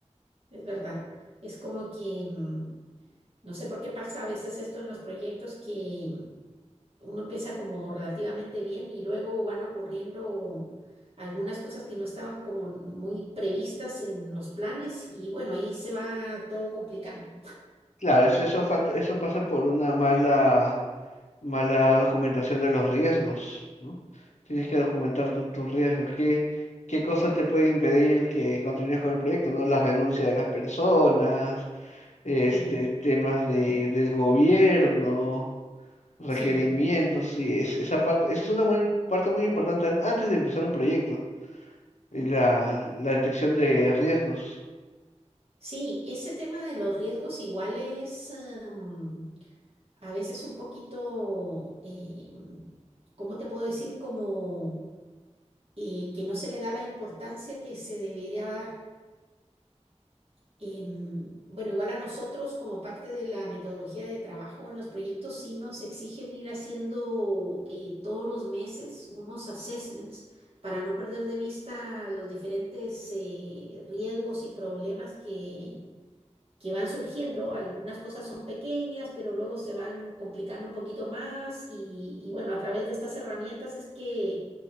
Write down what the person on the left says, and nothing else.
Claro, eso, eso falta, eso pasa por una mala mala documentación de los riesgos, ¿no? Tienes que documentar tu- tus riesgos. ¿Qué, qué cosa te puede impedir que continúes con el proyecto, ¿no? La renuncia de las personas, este,
temas de, del gobierno, requerimientos,
sí, es- esa parte, esa es una muy- parte muy importante an- antes de empezar un proyecto, y la, la detección de riesgos.